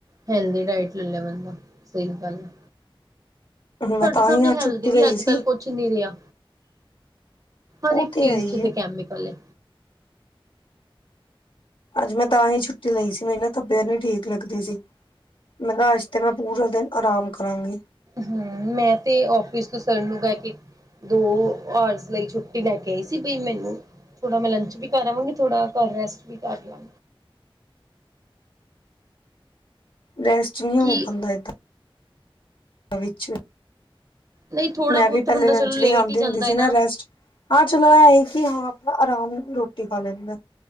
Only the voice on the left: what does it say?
ਮੈਂ
ਤਾਂ
ਹੀ ਅੱਜ
ਛੁੱਟੀ
ਲਈ
ਸੀ
ਉਹ
ਹੈ ਹੀ
ਹੈ
ਅੱਜ ਮੈਂ ਤਾਂ ਹੀ ਛੁੱਟੀ ਲਈ ਸੀ ਮੇਰੇ ਨਾ ਤਬੀਅਤ ਨਹੀਂ ਠੀਕ ਲੱਗਦੀ ਸੀ। ਮੈਂ ਕਿਹਾ ਅੱਜ ਤੇ ਮੈਂ ਪੂਰਾ ਦਿਨ ਆਰਾਮ ਕਰਾਂਗੀ।
ਰੈਸਟ ਨਹੀਂ ਹੋ
ਪਾਉਦਾ ਏਦਾਂ ਵਿੱਚ ਵਿੱਚ <unintelligible>
ਮੈਂ
ਵੀ
ਪਹਿਲੇ
ਲੰਚ
ਲਈ
ਆਉਂਦੀ
ਹੁੰਦੀ ਸੀ
ਨਾ ਰੈਸਟ ਹਾਂ ਚਲੋ ਇਹ ਹੀ ਕਿ ਹਾਂ ਆਪਣਾ ਆਰਾਮ ਰੋਟੀ ਖਾ ਲੈਂਦੇ ਆ।